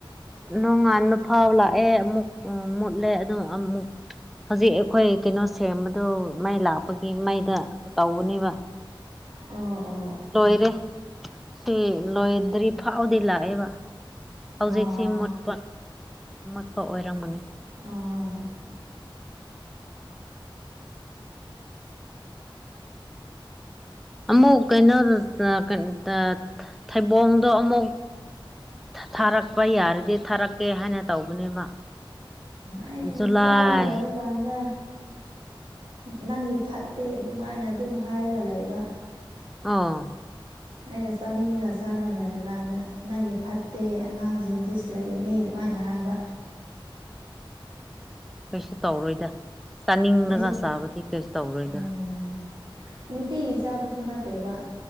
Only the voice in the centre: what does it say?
ꯅꯣꯡꯉꯥꯟꯕ ꯐꯥꯎ ꯂꯥꯛꯑꯦ ꯑꯃꯨꯛ ꯎ ꯃꯨꯠꯂꯦ ꯑꯣ ꯑꯃꯨꯛ ꯍꯧꯖꯤꯛ ꯑꯩꯈꯣꯏ ꯀꯩꯅꯣ ꯁꯦꯝꯕꯗꯣ ꯃꯥꯏ ꯂꯥꯛꯄꯒꯤ ꯃꯥꯏꯗ ꯇꯧꯕꯅꯦꯕ
ꯂꯣꯏꯔꯦ ꯎ ꯂꯣꯏꯗ꯭ꯔꯤ ꯐꯥꯎꯗꯤ ꯂꯥꯛꯑꯦꯕ ꯍꯧꯖꯤꯛꯁꯤ
ꯃꯨꯠꯄ ꯃꯨꯠꯄ ꯑꯣꯏꯔꯝꯒꯅꯤ
ꯑꯃꯨꯛ ꯀꯩꯅꯣꯗ <unintelligible> ꯊꯩꯕꯣꯡꯗꯣ ꯑꯃꯨꯛ ꯊꯥꯔꯛꯄ ꯌꯥꯔꯗꯤ ꯊꯥꯔꯛꯀꯦ ꯍꯥꯏꯅ ꯇꯧꯕꯅꯦꯕ
ꯖꯨꯂꯥꯏ
ꯑꯥ
ꯀꯩꯁꯨ ꯇꯧꯔꯣꯏꯗ ꯆꯥꯅꯤꯡꯂꯒ
ꯆꯥꯕꯗꯤ ꯀꯩꯁꯨ ꯇꯧꯔꯣꯏꯗ